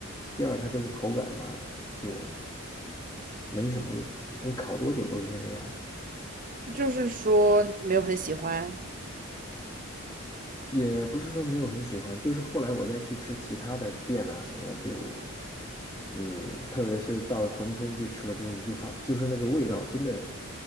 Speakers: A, on the left; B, on the right.
A: 第二它这个口感嘛就没什么，你烤多久都是那个样儿。
B: 就是说没有很喜欢，
A: 也不是说没有很喜欢，就是后来我再去吃其他的店啊什么，就，嗯，特别是到珲春去吃了之后，你就发，就是那个味道真的，